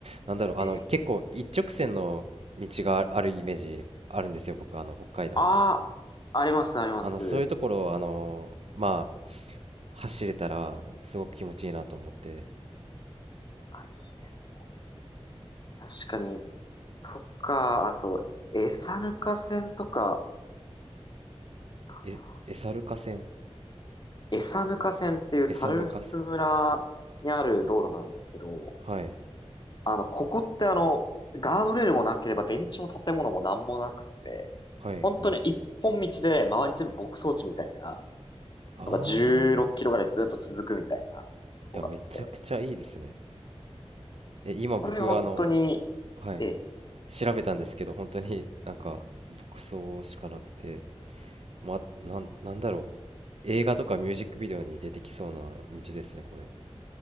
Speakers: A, on the right; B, on the left.
A: なんだろう、
B: ええ
A: あの、結構一直線の道がああるイメージあるんですよ、僕、あの、北海道に。
B: ああ、あります、あります。
A: あの、そういうところを、あの、まあ、走れたら、すごく気持ちいいなと思って、
B: あ、いいですね。確かに。とか、あと、餌ぬか線とか、かな。
A: え、エサルカ線
B: 餌ぬか線っていう猿払村にある道路なんですけど、
A: エサヌカ線はい。
B: あの、ここってあの、ガードレールもなければ電柱も建物もなんもなくて、
A: はいはい。
B: 本当に一本道で周り全部牧草地みたいな、
A: ああ。
B: のが16キロぐらいずっと続くみたいなとこがあって、
A: いや、めちゃくちゃいいですね。え、今僕、
B: これ本当に、
A: あの、はい。
B: ええ
A: 調べたんですけど、本当になんか、牧草しかなくて、ま、なん、なんだろう。映画とかミュージックビデオに出てきそうな道ですね、これ。